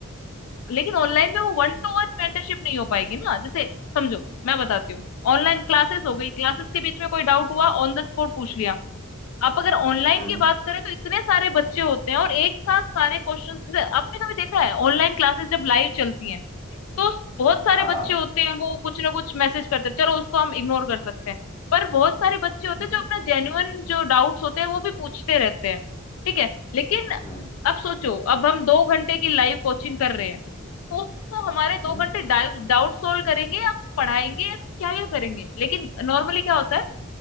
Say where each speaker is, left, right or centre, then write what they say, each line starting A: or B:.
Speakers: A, on the left (about 75°); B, on the left (about 25°).
A: लेकिन ऑनलाइन में वो वन टू वन मेंटरशिप नहीं हो पाएगी ना जैसे समझो मैं बताती हूँ ऑनलाइन क्लासेस हो गई क्लासेस के बीच में कोई डाउट हुआ ऑन द स्पॉट पूछ लिया आप अगर ऑनलाइन
B: हम्म
A: की बात करें तो इतने सारे बच्चे होते हैं और एक साथ सारे क्वेश्चन आपने कभी देखा है ऑनलाइन क्लासेस जब लाइव चलती हैं तो बहुत सारे
B: हाँ
A: बच्चे होते हैं वो कुछ ना कुछ मैसेज करते हैं चलो उसको हम इग्नोर कर सकते हैं पर बहुत सारे बच्चे होते
B: हम्म
A: हैं जो अपना जेन्युइन जो डाउट्स होते हैं वो भी पूछते रहते हैं ठीक है लेकिन
B: हम्म
A: अब सोचो अब हम दो घंटे की लाइव कोचिंग कर रहे हैं तो उसको हमारे
B: हम्म
A: दो घंटे डाउट सॉल्व करेंगे या पढ़ाएंगे या क्या क्या करेंगे लेकिन नॉर्मली क्या होता है